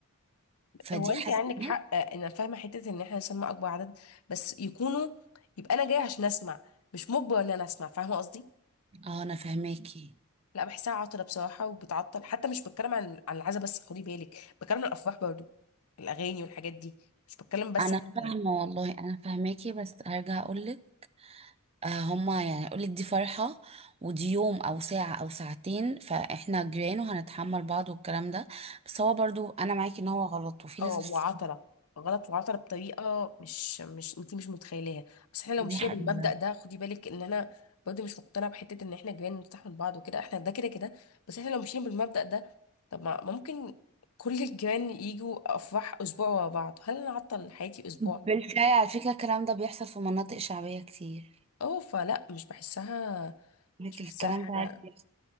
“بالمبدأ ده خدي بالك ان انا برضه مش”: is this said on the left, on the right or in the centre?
Left